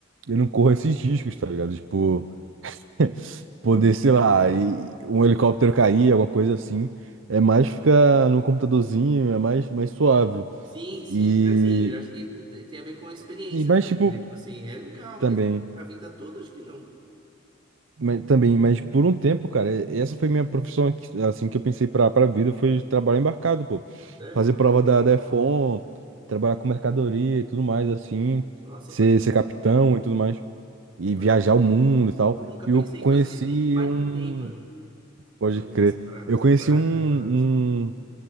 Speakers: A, on the right (about 70°); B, on the right (about 25°).
A: eu não corro esses riscos, tá ligado? Tipo, <laughs> poder, sei lá, e um helicóptero cair, alguma coisa assim. É mais ficar no computadorzinho, é mais, mais suave.
B: Sim, sim.
A: E,
B: É Assim, eu acho que te- tem a ver com a experiência
A: e mais,
B: também,
A: tipo,
B: né? Tipo assim, é legal,
A: também.
B: mas pra vida toda acho que não.
A: Mas, também, mas por um tempo, cara, e- essa foi minha profissão, que- assim, que eu pensei pra, pra vida, foi trabalho embarcado, pô.
B: Sério?
A: Fazer prova da DEFON, trabalhar com mercadoria e tudo mais, assim,
B: Nossa,
A: ser,
B: pode crer,
A: ser capitão e tudo mais, e
B: pode
A: viajar
B: crer.
A: o mundo e tal.
B: Eu nunca
A: E
B: pensei
A: eu conheci
B: em fazer isso, nunca imaginei,
A: um,
B: mano.
A: pode
B: fazer
A: crer,
B: essas paradas,
A: eu conheci
B: trabalhar
A: um,
B: com essas paradas assim.
A: um